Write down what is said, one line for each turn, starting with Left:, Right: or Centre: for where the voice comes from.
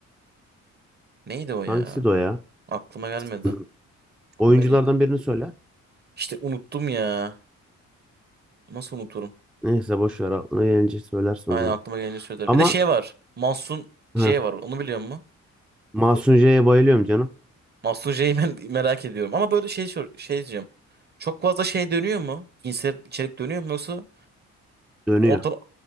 Right: Neydi o
Centre: Hangisiydi
Right: ya?
Centre: o ya?
Right: Aklıma gelmedi.
Centre: <clears throat> <laughs>
Right: Komedi.
Centre: Oyunculardan birini söyle.
Right: İşte unuttum ya. Nasıl unuturum?
Centre: Neyse boş ver aklına gelince söylersin
Right: Aynen
Centre: o zaman.
Right: aklıma gelince söylerim.
Centre: Ama
Right: Bir de şey var. Mahsun J
Centre: Hı.
Right: var. Onu biliyor musun?
Centre: Masuncu'ya bayılıyorum canım.
Right: Mahsun J'yi ben <laughs> merak ediyorum. Ama böyle şey sor- şey diyeceğim. Çok fazla şey dönüyor mu? Cinsel içerik dönüyor mu yoksa
Centre: Dönüyor.
Right: Ortada...